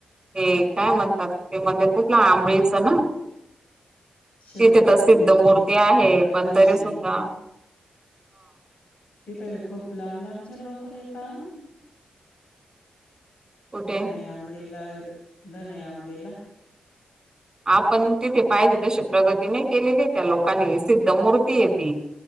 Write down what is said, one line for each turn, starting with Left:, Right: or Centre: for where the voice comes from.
Right: ते काय म्हणतात ते मंदिर कुठलं आंबळीचं ना.
Left: शिवरात्री
Right: तिथे तर सिद्ध मूर्ती आहे
Left: एकादशी
Right: पण तरी सुद्धा
Left: तिथं खूप लांब लांबचे लोक येतात.
Right: कुठे
Left: धने अमडीला धने अमडीला
Right: आपण तिथे पाहिजे तशी प्रगती नाही केलेली त्या लोकांनी सिद्ध मूर्ती आहे ती